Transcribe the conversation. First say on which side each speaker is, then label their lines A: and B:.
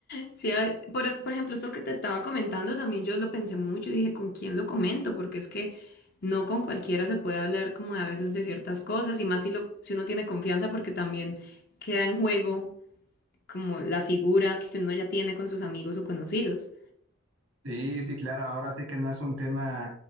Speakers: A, on the left; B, on the right.
A: sí, a por, es- por ejemplo, esto que te estaba comentando, también yo lo pensé mucho y dije, ¿con quién lo comento? Porque es que no con cualquiera se puede hablar como a veces de ciertas cosas y más si, lo, si uno tiene confianza porque también queda en juego como la figura que uno ya tiene con sus amigos o conocidos.
B: Sí, sí, claro, ahora sí que no es un tema,